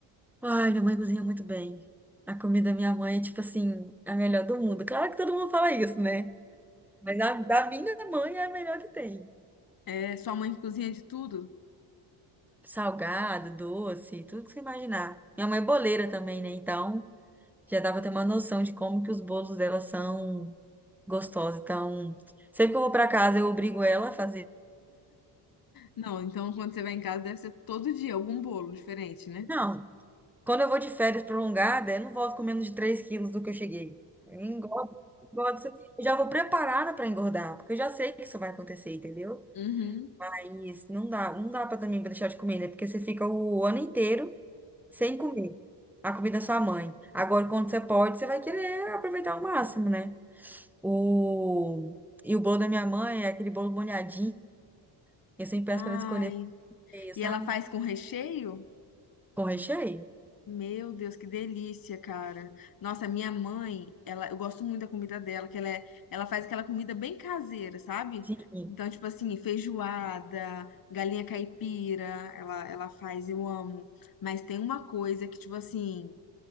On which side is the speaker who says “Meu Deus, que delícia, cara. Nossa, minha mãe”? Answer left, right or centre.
Left